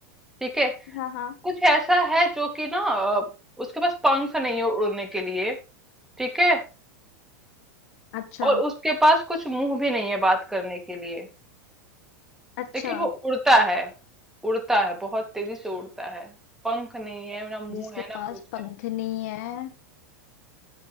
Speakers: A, in the centre; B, on the left (about 65°).
A: ठीक है
B: हाँ हाँ
A: कुछ ऐसा है जो कि ना अ, उसके पास पंख नहीं है उड़ने के लिए ठीक है
B: अच्छा
A: और उसके पास कुछ मुंह भी नहीं है बात करने के लिए
B: अच्छा
A: लेकिन वो उड़ता है उड़ता है बहुत तेजी से उड़ता है पंख नहीं है ना मुंह
B: जिसके
A: है ना
B: पास
A: कुछ
B: पंख
A: है
B: नहीं है